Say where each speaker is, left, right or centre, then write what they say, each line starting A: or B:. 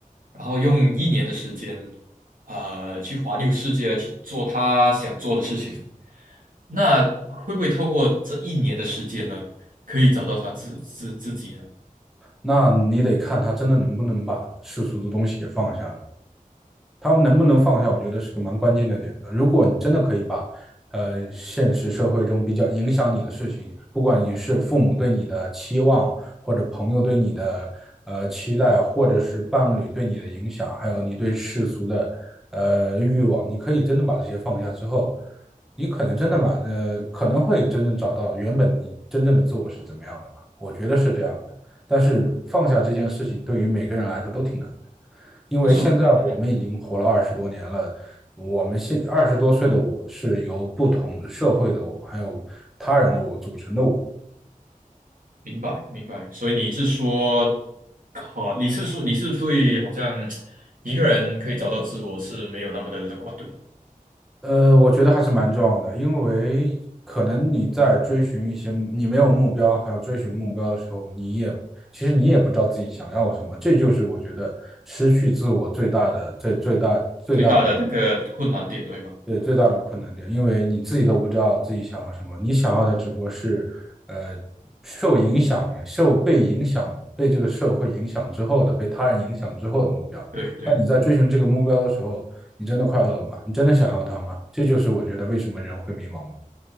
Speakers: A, on the right (about 70°); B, in the centre.
A: 然后用一年的时间，呃，去环游世界，去做他想做的事情。那会不会透过这一年的时间呢，可以找到他自自自己呢？
B: 那你得看他真的能不能把世俗的东西给放下了。他们能不能放下，我觉得是个蛮关键的点的。如果你真的可以把，呃，现实社会中比较影响你的事情，不管你是父母对你的期望，或者朋友对你的呃期待，或者是伴侣对你的影响，还有你对世俗的呃欲望，你可以真的把这些放下之后，你可能真的蛮呃可能会真正找到原本你真正的自我我是是是怎么样样的的。吧？我觉得这这样的但是放下这件事情，对于每个人来说都挺难的。因为现在我们已经活了二十多年了，
A: 但是我嗯哼，
B: 我们现二十多岁的我是由不同的社会的我，还有他人的我组成的我。
A: 明白明白。所以你是说，可你是说你是对好像一个人可以找到自我是没有那么的乐观，对吧？
B: 呃，我觉得还是蛮重要的，因为可能你在追寻一些你没有目标，还有追寻目标的时候，你也其实你也不知道自己想要什么，这就是我觉得失去自我最大的、最最大、最大的
A: 最大的那个困难点，对吗？
B: 对，最大的困难点，因为你自己都不知道自己想要什么，你想要的只不过是，呃，受影响、受被影响、被这个社会影响之后的、被他人影响之后的目标。
A: 对对。
B: 但你在追寻这个目标的时候，你真的快乐吗？你真的想要它吗？这就是我觉得为什么人会迷茫吧。